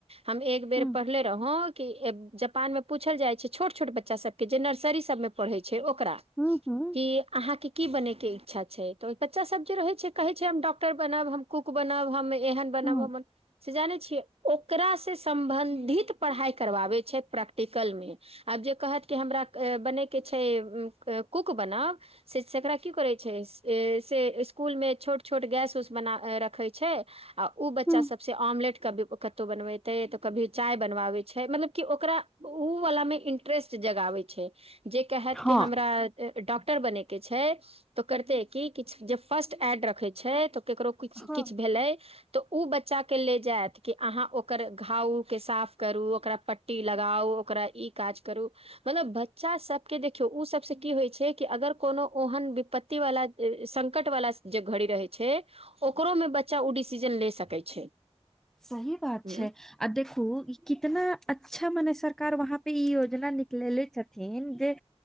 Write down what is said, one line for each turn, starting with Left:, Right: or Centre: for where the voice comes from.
Right: हम एक बेर
Centre: हूँ
Right: पढ़ले रहों के जापान में पूछल जाय छै छोट छोट बच्चा सब के जे नर्सरी सब में पढ़े छै ओकरा
Centre: हूँ हूँ
Right: कि अहाँके की बनैके इच्छा छै तऽ ओ बच्चा सब जे रहै छै कहै छै हम डॉक्टर बनब हम कुक बनब हम एहन बनब
Centre: हूँ
Right: हम से जानै छियै ओकारा से सम्बन्धित पढ़ाइ करबाबै छै प्रैक्टिकल मे आब जे कहत कि हमरा बनयके छै कूक बनाब शिकरा की करै छै से इसकुल मे छोट छोट गैस उस बना रखै छै आ ओ बच्चा
Centre: हूँ
Right: सभसँ ऑमलेट की कतहु बनबतै तऽ कभी चाय बनवाबैत छै मतलब कि ओकरा ओ-अ-वलामे इंट्रेस्ट जगाबै छै जे कहत
Centre: हँ
Right: कि हमरा डॉक्टर बनै के छै तो करते कि किछ जेब फर्स्ट एड रखे छै तऽ केकरो कुछ
Centre: हँ
Right: किछ भेलै। तऽ ओ बच्चाक के ले जायत कि अहाँ ओकर घाव-उ के साफ करू ओकरा प- ट्टी लगाउ ओकरा ई काज करू मतलब बच्चा सबके देखियौ ओ सब से की होइ छै। अगर कोनो ओहन विपत्ति वला संकट वला जगह घड़ी रहै छै ओकरोमे बच्चा ओ डिसीजन ले सकै छै
Centre: सही बात
Right: ह
Centre: छै आओ देखू ई कितना अच्छा मने सरकार वहाँपर ई योजना निकलेले छथिन जे